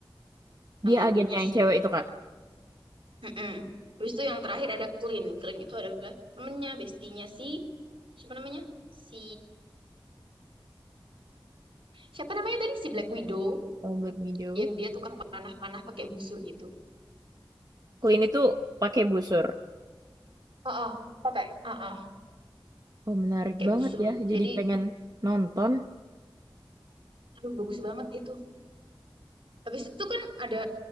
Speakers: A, on the right; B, on the right.
A: nama
B: dia
A: agennya
B: agennya
A: Shield.
B: yang cewek itu Kak.
A: Mm-mm. Terus itu yang terakhir ada Clint. Clint itu adalah temennya, bestinya si siapa namanya? Si siapa namanya tadi si Black Widow
B: Oh, Black Widow.
A: yang dia tukang panah-panah pakai busur gitu.
B: Clint itu pakai busur.
A: Heeh, pakai. ah ah,
B: Oh, menarik
A: pakai
B: banget
A: busur.
B: ya. Jadi
A: Jadi,
B: pengen nonton.
A: aduh bagus banget itu. Habis itu kan ada